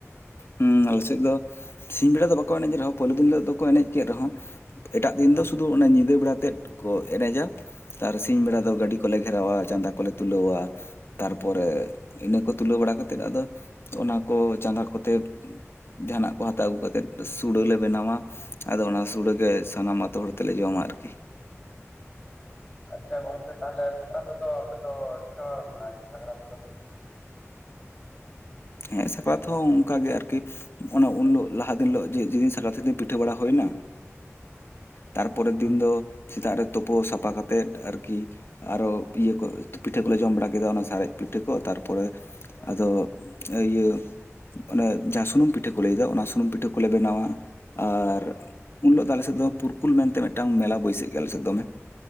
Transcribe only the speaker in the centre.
ᱫᱚ
ᱦᱮᱸ
ᱦᱮᱸ
ᱟᱪᱪᱷᱟ ᱜᱚᱝᱠᱮ ᱛᱟᱦᱚᱞᱮ ᱥᱟᱠᱨᱟᱛ ᱨᱮᱫᱚ ᱟᱯᱮ ᱫᱚ ᱪᱮᱫᱠᱟ ᱯᱮ ᱢᱟᱱᱟᱣ ᱜᱮᱭᱟ ᱥᱟᱠᱨᱟᱛ ᱫᱚ
ᱦᱩᱸ
ᱦᱩᱸ